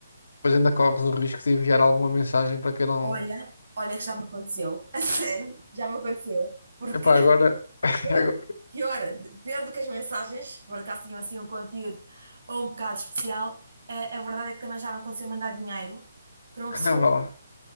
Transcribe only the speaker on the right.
Olha, olha que já me aconteceu. <laughs> A sério, já me aconteceu. Porque
<laughs>
pior,
pior, pior do que as mensagens, que por acaso tinham assim um conteúdo ou um bocado especial, eh, a, verdade é que também já me aconteceu mandar dinheiro para uma pessoa,